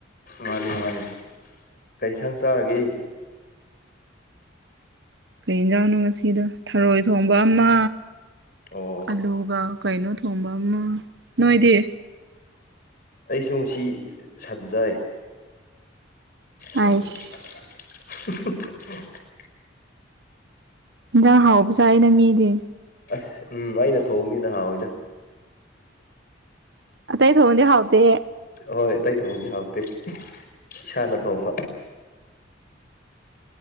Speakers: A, on the left; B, on the right.
A: ꯃꯥꯅꯤ ꯃꯥꯅꯤ ꯀꯩꯁꯥꯡ ꯆꯥꯔꯒꯦ
B: ꯀꯩ ꯌꯦꯟꯖꯥꯡꯅꯣ ꯉꯁꯤꯗꯣ ꯊꯔꯣꯏ ꯊꯣꯡꯕ ꯑꯃ
A: ꯑꯣ
B: ꯑꯂꯨꯒ ꯀꯩꯅꯣ ꯊꯣꯡꯕ ꯑꯃ ꯅꯣꯏꯗꯤ
A: ꯑꯩꯁꯨ ꯉꯁꯤ ꯁꯟꯖꯥꯏ <unintelligible>
B: ꯑꯥꯏꯁ ꯌꯦꯟꯖꯥꯡ ꯍꯥꯎꯕꯁꯥ ꯑꯩꯅ ꯃꯤꯗꯤ
A: ꯑꯁ ꯎꯝ ꯑꯩꯅ ꯊꯣꯡꯃꯤ ꯅꯍꯥꯟꯏꯗ
B: ꯑꯇꯩ ꯊꯣꯡꯉꯗꯤ ꯍꯥꯎꯗꯦ
A: ꯍꯣꯏ ꯑꯇꯩ ꯊꯣꯡꯗꯤ ꯍꯥꯎꯇꯦ ꯏꯁꯥꯅ ꯊꯣꯡꯕ